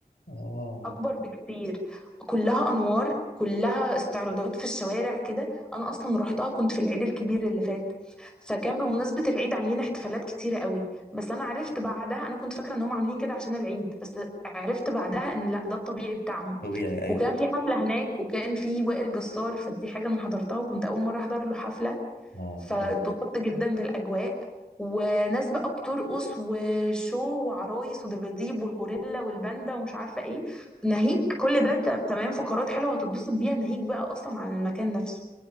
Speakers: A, on the left; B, in the centre.
A: اه
B: اكبر بكتير كلها انوار كلها استعراضات في الشوارع كده انا اصلا روحتها كنت في العيد الكبير اللي فات فكان بمناسبة العيد عاملين احتفالات كتيرة قوي بس انا عرفت بعدها انا كنت فاكرة ان هم عاملين كده عشان العيد بس عرفت بعدها ان لا ده الطبيعي بتاعهم
A: طبيعي ايوه
B: وكان في حفلة هناك وكان في وائل جسار فدي حاجة انا حضرتها وكنت اول مرة احضر له حفلة
A: اه
B: فاتبسطت
A: بحب
B: جدا بالاجواء وناس بقى بترقص وشو وعرايس ودباديب والغوريلا والباندا ومش عارفه ايه ناهيك كل ده ت- تمام فقرات حلوه هتتبسط بيها ناهيك بقى اصلا عن المكان نفسه